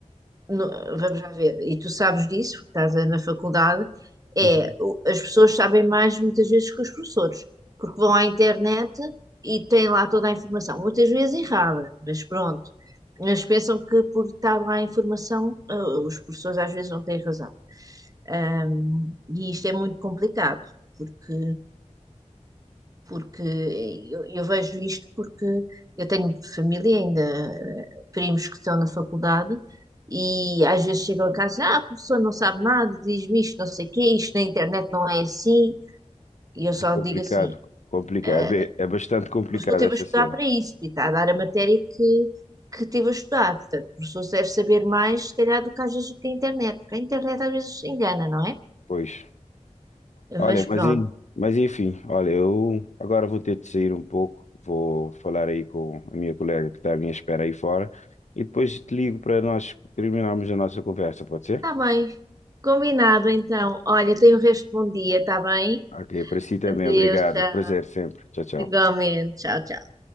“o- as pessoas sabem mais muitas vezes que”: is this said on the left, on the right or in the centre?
Right